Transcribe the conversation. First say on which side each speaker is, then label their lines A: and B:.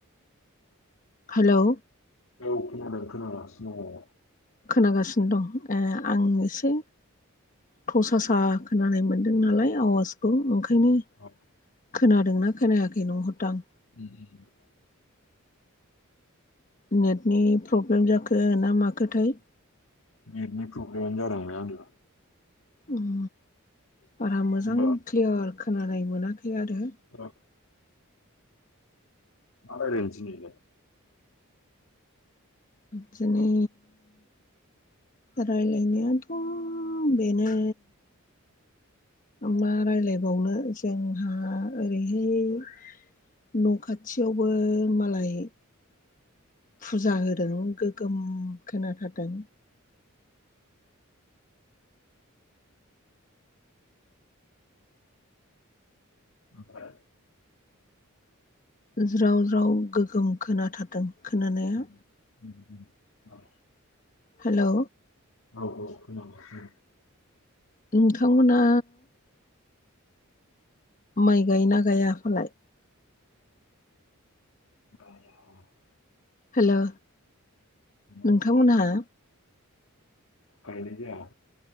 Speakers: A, on the left (about 40°); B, on the left (about 65°).
A: हेलौ!
B: औ खोनादों खोनालागासिनो दङ।
A: खोनागासिनो दं ए आं एसे। थ'सासा खोनानाय मोन्दों नालाय आवाजखौ ओंखायनो।
B: औ
A: खोनादोंना खोनायाखै नुहरदों आं।
B: <unintelligible>
A: नेटनि प्रब्लेम जाखो माखोथाय।
B: नेटनि प्रब्लेमानो जादोंलै आंनिबा।
A: उम बारा मोजां
B: होमबा
A: क्लियार खोनानाय मोनाखै आरो
B: औ मा रायलायनो दिनैलाय?
A: बिदिनो। रायलायनायाथ' बेनो। मा रायलायबावनो जोंहा ओरैहाय न' खाथ खाथियावबो मालाय। फुजा होदों गोगोम खोनाथारदों।
B: ओमफ्राय
A: ज्राव ज्राव गोगोम खोनाथारदों खोनानाया।
B: ओमफ्राय
A: हेलौ!
B: औ औ खोनादों उम।
A: नोंथांमोना। माइ गायोना गाया फालाय।
B: औ
A: हेलौ
B: हेलौ
A: नोंथांमोनहा।
B: गायनाय जाया।